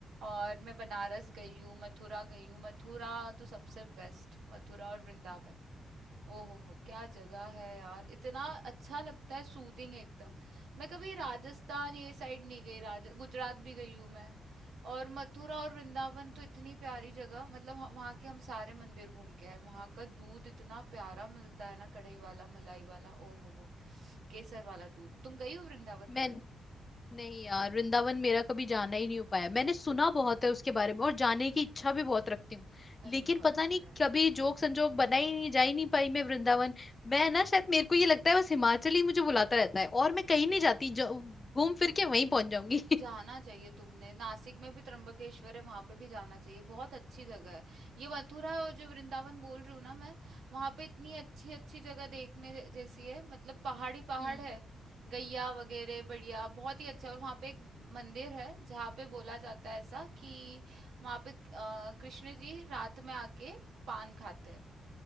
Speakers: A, on the right (about 75°); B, on the left (about 20°).
A: और मैं बनारस गई हूँ मथुरा गई हूँ मथुरा तो सबसे बेस्ट मथुरा और वृंदावन ओहो हो क्या जगह है यार इतना अच्छा लगता है सूदिंग एकदम मैं कभी राजस्थान ये साइड नहीं गई राज गुजरात भी गई हूँ मैं और मथुरा और वृंदावन तो इतनी प्यारी जगह मतलब ह- वहाँ के हम सारे मंदिर घूम के आए वहाँ का दूध इतना प्यारा मिलता है ना कढ़ाई वाला मलाई वाला ओहो हो केसर वाला दूध तुम गई हो वृंदावन
B: मैं
A: कभी
B: नहीं यार वृंदावन मेरा कभी जाना ही नहीं हो पाया मैंने सुना बहुत है उसके बारे में और जाने की इच्छा भी बहुत रखती हूँ लेकिन
A: अरे बहुत
B: पता
A: प्यारा
B: नहीं
A: है
B: कभी जोक संजोग बना ही नहीं जा ही नहीं पाई मैं वृंदावन मैं ना शायद मेरे को ये लगता है बस हिमाचल ही मुझे बुलाता रहता है और मैं कहीं नहीं जाती जो घूम फिर के वहीं पहुंच जाऊंगी <laughs>
A: जाना चाहिए तुमने नासिक में भी त्र्यंबकेश्वर है वहां पे भी जाना चाहिए बहुत अच्छी जगह है ये मथुरा और जो वृंदावन बोल रही हूँ ना मैं वहां पे इतनी अच्छी अच्छी जगह देखने ज- जैसी है मतलब पहाड़ी पहाड़
B: हम्म
A: है गैया वगैरह बढ़िया बहुत ही अच्छा और वहां पे एक मंदिर है जहाँ पे बोला जाता है ऐसा कि वहां पे अ, कृष्ण जी रात में आके पान खाते हैं